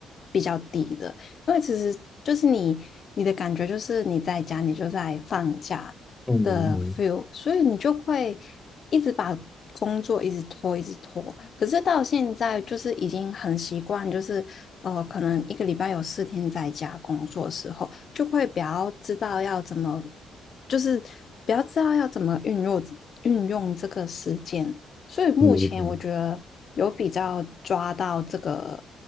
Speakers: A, on the left; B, on the left.
A: 比较低的，因为其实就是你你的感觉就是你在家，你就在放假，
B: 嗯嗯嗯
A: 的 feel，所以你就会一直把工作一直拖，一直拖。可是到现在就是已经很习惯，就是呃，可能一个礼拜有四天在家工作的时候，就会比较知道要怎么，就是比较知道要怎么运用运用这个时间。所以目前我觉得有比较抓到这个
B: 嗯嗯，